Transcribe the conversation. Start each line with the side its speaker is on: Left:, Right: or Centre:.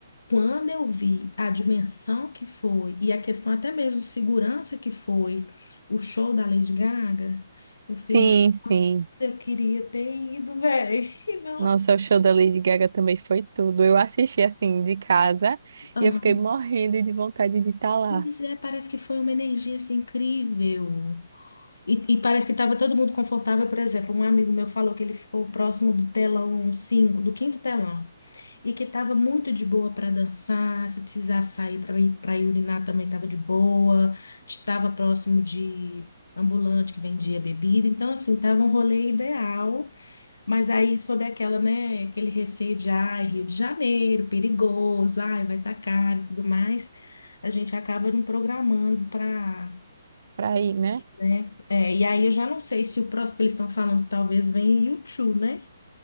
Left: quando eu vi a dimensão que foi e a questão até mesmo de segurança que foi o show da Lady Gaga, eu fiquei,
Right: Sim, sim.
Left: nossa, eu queria ter ido, velho. <laughs> Não.
Right: Nossa, o show da Lady Gaga também foi tudo. Eu assisti assim de casa
Left: Aham.
Right: e eu fiquei morrendo de vontade de estar lá.
Left: Mas é, parece que foi uma energia assim, incrível. E, e parece que estava todo mundo confortável, por exemplo, um amigo meu falou que ele ficou próximo do telão 5, do quinto telão, e que estava muito de boa para dançar, se precisar sair para ir para urinar também estava de boa, estava próximo de ambulante que vendia bebida, então assim, estava um rolê ideal, mas aí sob aquela, né, aquele receio de, ai, Rio de Janeiro, perigoso, ai, vai estar caro e tudo mais, a gente acaba não programando para
Right: pra ir, né?
Left: né? É, e aí eu já não sei se o próximo, que eles estão falando que talvez venha U2, né?